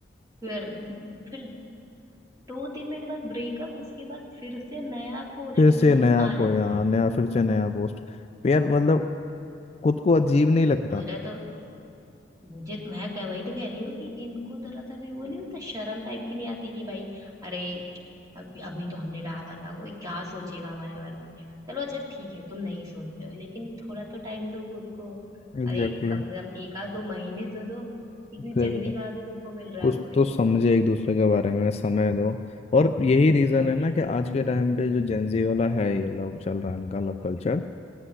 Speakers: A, on the right; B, on the left.
A: फिर फिर दो तीन महीने बाद ब्रेकअप उसके बाद फिर से नया पोस्ट
B: फिर से
A: उनका
B: नया
A: आ
B: खोया
A: जाता है
B: नया फिर से नया पोस्ट तो यार मतलब खुद को अजीब नहीं लगता
A: मुझे तो मुझे तो, मैं कह वही तो कह रही हूँ कि इनको जरा सा भी वो नहीं होता शर्म टाइप की नहीं आती कि भाई अरे अभी अभी तो हमने डाला था कोई क्या सोचेगा हमारे बारे में चलो अच्छा ठीक है तुम नहीं सोच रहे हो लेकिन थोड़ा तो टाइम दो खुद को
B: एग्जैक्टली
A: अरे कम से कम एक आध दो महीने तो दो इतनी
B: एग्जैक्टली
A: जल्दी कहाँ से तुमको मिल रहा
B: कुछ
A: है कोई
B: तो समझे एक दूसरे के बारे में समय दो और यही रीजन
A: और
B: है
A: नहीं
B: ना कि
A: तो
B: आज के टाइम पे जो जेंजी वाला है ये लव चल रहा है इनका लव कल्चर